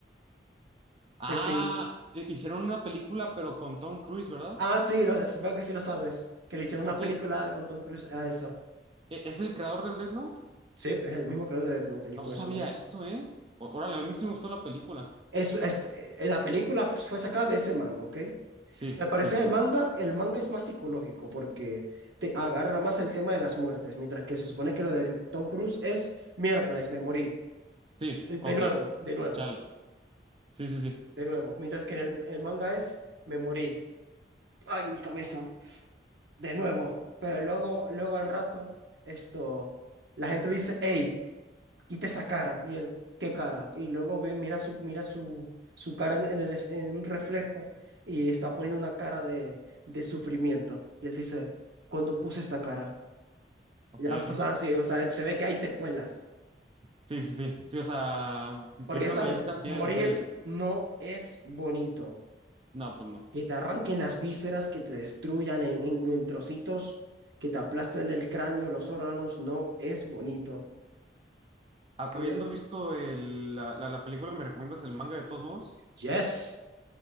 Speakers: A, on the right; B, on the right.
A: Ah,
B: En fin.
A: hi- hicieron una película, pero con Tom Cruise, ¿verdad?
B: Ah, sí, lo- veo que sí lo sabes, que le hicieron
A: Ok.
B: una película
A: ¿E-
B: con Tom Cruise a eso.
A: ¿Es el creador del Death Note?
B: Sí, es el mismo creador de Death Note, el hijo
A: No sabía
B: de su madre.
A: eso, ¿eh? Ó- Órale, a mí sí me gustó la película.
B: Es, es- eh, la película fue sacada de ese manga, ¿ok?
A: Sí,
B: Al parecer
A: sí, sí.
B: el
A: Sí,
B: manga, el manga es más psicológico porque te agarra más el tema de las muertes, mientras que se supone que lo de Tom Cruise es miércoles, me morí.
A: Sí,
B: De, de
A: ok.
B: nuevo, de nuevo,
A: Chale. Sí, sí, sí.
B: de nuevo. Mientras que en el, el manga es me morí. Ay, mi cabeza. De nuevo. Pero luego, luego al rato, esto, la gente dice, hey. quita esa cara. Y él, ¿qué cara? Y luego ve- mira su, mira su, su cara en, en el, es- en un reflejo y está poniendo una cara de, de sufrimiento. Y él dice, ¿cuándo puse esta cara?
A: Ok.
B: Ya, o sea, sí, o sea, se ve que hay secuelas.
A: Sí, sí, sí. Sí, o sea,
B: Porque
A: tiene
B: ya
A: una
B: sabes,
A: mayor cantidad
B: morir
A: de detalle.
B: no es bonito.
A: No, pues no.
B: Que te arranquen las vísceras, que te destruyan en, en en trocitos, que te aplasten el cráneo, los órganos, no es bonito.
A: Ha-
B: Y
A: Habiendo
B: bueno,
A: visto el- la, la la película, ¿me recomiendas el manga de todos modos?
B: yes,